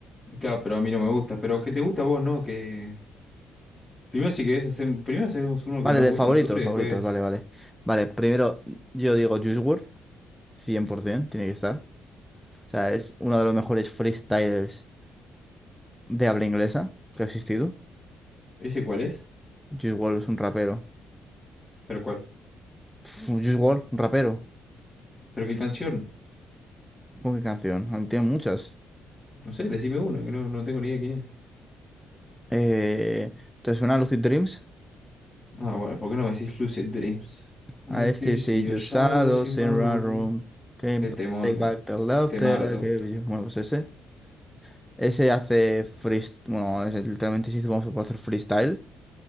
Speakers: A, on the left; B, in the centre.
A: Claro, pero a mí no me gusta. Pero que te gusta a vos, ¿no? Que... Primero si querés hacer... Primero hacemos uno
B: Vale,
A: que nos
B: de
A: gusta
B: favoritos,
A: a nosotros y
B: favoritos,
A: después...
B: vale, vale. Vale, primero yo digo Juice world, cien por 100%, tiene que estar. O sea, es uno de los mejores freestylers de habla inglesa que ha existido.
A: ¿Ese cuál es?
B: Juice WRLD es un rapero.
A: ¿Pero cuál?
B: Pff, Juice WRLD, un rapero.
A: ¿Pero qué canción?
B: ¿Con qué canción? Ah, Tiene muchas.
A: No sé, decime uno, que no, no tengo ni idea quién es.
B: Eh, ¿te suena Lucid Dreams?
A: Ah, bueno, ¿por qué no me decís Lucid Dreams? I
B: I
A: still
B: still see
A: see
B: you
A: your shadows
B: shadows
A: in
B: in
A: my room.
B: my room. Can't
A: Qué
B: b-
A: temón,
B: take back
A: eh.
B: the love
A: Temardo.
B: that I gave you. Bueno, pues ese. Ese hace freestyle. Bueno, es- literalmente se hizo famoso por hacer freestyle.